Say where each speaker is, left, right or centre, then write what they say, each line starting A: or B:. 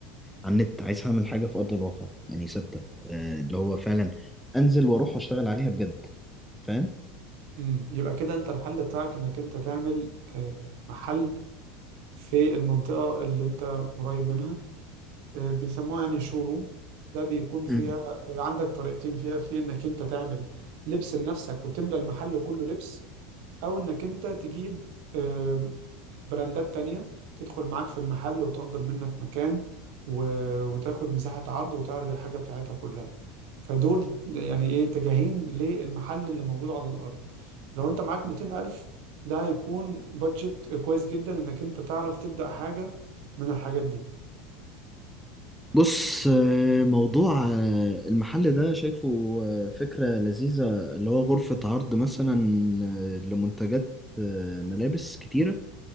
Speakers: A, in the centre; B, on the right (about 55°).
A: على النت عايز اعمل حاجه في ارض الواقع يعني ثابته آه، اللي هو فعلا انزل واروح واشتغل عليها بجد فاهم
B: امم يبقى كده انت الحل بتاعك انك انت تعمل آه، محل في المنطقة اللي انت قريب منها آه، بيسموها يعني شوروم ده بيكون فيها
A: مم.
B: آه، عندك طريقتين فيها في انك انت تعمل لبس لنفسك وتملى المحل كله لبس او انك انت تجيب آه، براندات تانية تدخل معاك في المحل وتأجر منك مكان و... وتاخد مساحة عرض وتعرض الحاجة بتاعتها كلها فدول يعني ايه اتجاهين للمحل اللي موجود على الأرض لو انت معاك 200 ألف ده هيكون بادجت كويس جدا انك انت تعرف تبدأ حاجة من الحاجات دي
A: بص آه، موضوع آه، المحل ده شايفه آه، فكرة لذيذة اللي هو غرفة عرض مثلا آه، لمنتجات آه، ملابس كتيرة